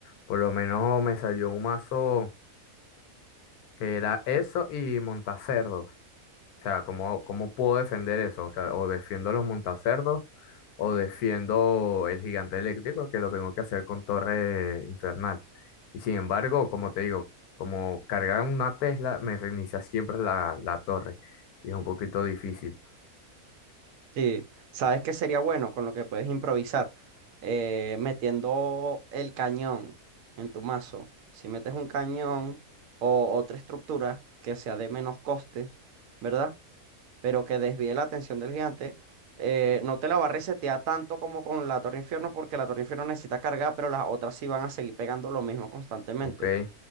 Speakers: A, on the left (about 85°); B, on the right (about 70°).
A: Por lo menos me salió un mazo que era eso y montacerdos. O sea, ¿cómo, cómo puedo defender eso? O sea, o defiendo los montacerdos o defiendo el gigante eléctrico que lo tengo que hacer con torre infernal. Y sin embargo, como te digo, como cargar una Tesla me reinicia siempre la, la torre y es un poquito difícil.
B: Sí, ¿sabes qué sería bueno con lo que puedes improvisar? Eh, metiendo el cañón en tu mazo. Si metes un cañón o otra estructura que sea de menos coste, ¿verdad? Pero que desvíe la atención del gigante, eh, no te la va a resetear tanto como con la Torre Infierno, porque la Torre Infierno necesita cargar, pero las otras sí van a seguir pegando lo mismo constantemente.
A: Ok,